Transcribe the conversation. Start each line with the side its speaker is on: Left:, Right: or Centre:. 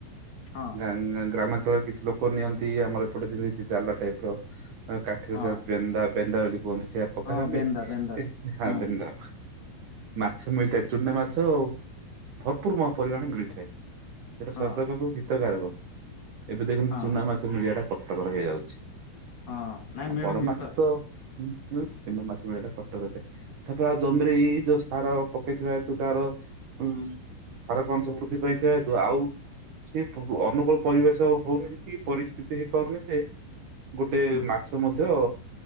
Left: ହଁ।
Right: ଙ୍ଗା ଙ୍ଗା ଗ୍ରାମାଞ୍ଚଳରେ କିଛି ଲୋକ ନିଅନ୍ତି ଆମର ଏପଟେ ଯେମିତି ଜାଲ ଟାଇପ୍ ର ଅ କାଠିରେ
Left: ହଁ
Right: ସେଇଆ ବେନ୍ଦା ବେନ୍ଦା ବେଲି କୁହନ୍ତି ସେଇଆ ପକାଥାନ୍ତି
Left: ହଁ ବେନ୍ଦା ବେନ୍ଦା
Right: ହା
Left: ହଁ
Right: ବେନ୍ଦା। ମାଛ ମିଳିଥାଏ ଚୁନା ମାଛ। ଭରପୁର ମ ପରିମାଣରେ ମିଳିଥାଏ। ଏଟା
Left: ହଁ
Right: ଶରୀର ପାଖୁ ହିତକାରକ। ଏବେ ଦେଖନ୍ତୁ
Left: ହଁ
Right: ଚୁନା ମାଛ ମିଳିବାଟା କଷ୍ଟକର ହେଇଯାଉଛି।
Left: ହଁ ନାଇଁ
Right: ଆଉ
Left: ମିଳୁନି
Right: ବଡ଼ ମାଛ ତ ଇଁ ମିଳୁଛି ଚୁନା ମାଛ ମିଳିବାଟା କଷ୍ଟକର ଏତେ ଥ ରୁଆ ଜମିରେ ଇଏ ହେଇ ଯୋଉ ସାର ପକେଇଥିବା ତୁ ତାର ଉଁ ଖାରକ ଅଂଶ ବୃଦ୍ଧି ପାଇଯାଏ ହେତୁ ଆଉ ସିଏ ପ ଅନୁକୂଳ ପରିବେଶ ହଉନି କି ପରିସ୍ଥିତି ହେଇପାରୁନି ଯେ ଗୋଟେ
Left: ହଁ
Right: ମାଛ ମଧ୍ୟ